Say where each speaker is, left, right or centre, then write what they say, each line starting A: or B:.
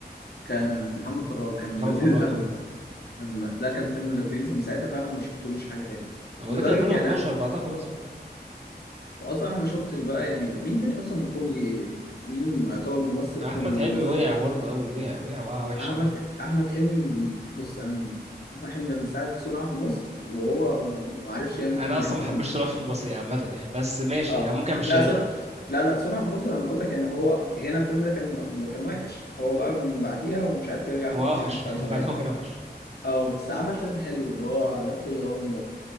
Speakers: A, on the left; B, on the right.
A: كان محمد فراج كان
B: محمد
A: <laughs> لذيذ
B: فراج
A: قوي
B: اه
A: كان- ده كان فيلم لذيذ ومن ساعتها فعلا ما شفتلوش حاجة تاني
B: هو
A: لدرجة
B: ده كان 2012
A: يعني
B: بعدها خلاص بقى
A: اصلا ما شفتش بقى يعني مين تاني اصلا كوميدي مين يعتبر ممثل
B: أحمد
A: كوميدي
B: حلمي
A: بس
B: وقع برضه أوي وقع وقع وقع وحشة
A: احمد
B: برضه
A: احمد حلمي من بص انا احمد حلمي ده من ساعة صنع في مصر وهو ما ما عرفش يعمل
B: أنا
A: فيلم
B: أصلا
A: حلو
B: ما حبيتش صراحة في المصري عامة يعني بس ماشي
A: اه
B: يعني ممكن أمشيها
A: لا صنع
B: له
A: لا لا صنع في مصر انا بقول لك يعني هو هنا الفيلم ده كان كان وحش هو بقى من بعديها ومش عارف يرجع احمد
B: هو أوحش
A: حلمي بتاع
B: <laughs>
A: زمان
B: بعدها هو كان أوحش
A: اه بس عمل فيلم حلو اللي هو لف ودوران ده